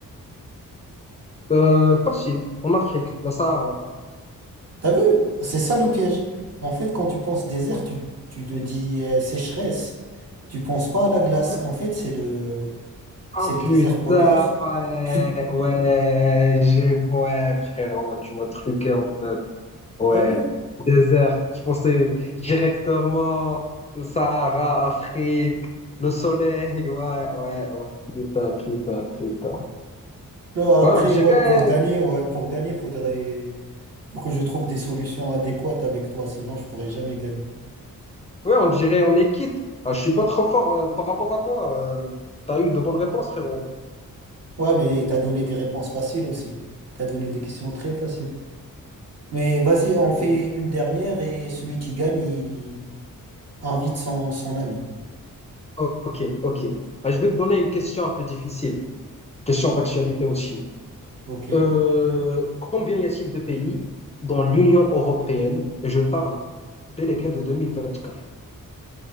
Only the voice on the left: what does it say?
Euh, facile. En Afrique, la Sahara.
Ouais.
Ah
putain,
ouais,
ouais, j'ai, ouais, frérot, tu m'as truqué en fait. Ouais,
désert. Je pensais directement Sahara, Afrique, le soleil. Ouais, ouais, ouais. Putain, putain, putain.
Ouais,
on dirait,
ouais, on dirait, on est quitte. Ah, je suis pas trop fort euh, par rapport à toi. Euh, t'as eu de bonnes réponses, frérot.
Ok,
ok. ok. Ah, je vais te donner une question un peu difficile. Question d'actualité aussi.
Euh, combien y a-t-il de pays dans l'Union européenne? Et je parle bel et bien de 2024.